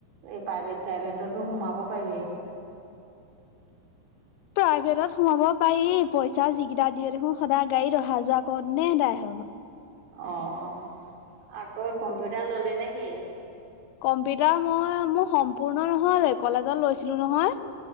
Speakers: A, on the right; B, on the left.
A: এই প্ৰাইভেট চাইভেটতো সোমাব পাৰিবি।
B: প্ৰাইভেটত সোমাব পাৰি পইচা যিকেইটা দিয়ে দেখোন সদায় গাড়ীত অহা যোৱা কৰোতে এদায় হ'ব।
A: অঁ আকৌ কম্পিউটাৰ ললি নেকি?
B: কম্পিউটাৰ মই মোৰ সম্পূৰ্ণ নহ'লে কলেজত লৈছিলো নহয়।